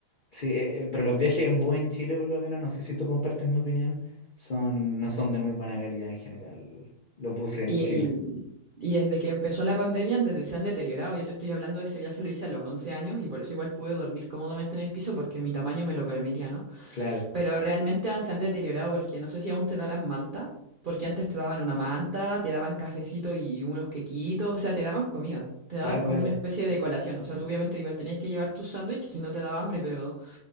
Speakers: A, on the left; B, on the right.
A: Sí, eh, eh, pero los viajes en bus en Chile, por lo menos, no sé si tú compartes mi opinión, son, no son de muy buena calidad en general, los buses
B: Y,
A: en Chile.
B: y- y desde que empezó la pandemia, desde se han deteriorado. Yo te estoy hablando de ese viaje, lo hice a los 11 años y por eso igual pude dormir cómodamente en el piso porque mi tamaño me lo permitía, ¿no?
A: Claro,
B: Pero realmente han- se han deteriorado porque no sé si aún te darán manta, porque antes te daban una manta, te daban cafecito y unos quequitos, o sea, te daban comida, te daban
A: claro,
B: como
A: claro.
B: una especie de colación, o sea, tú obviamente igual tenías que llevar tus sándwiches si no te daba hambre, pero,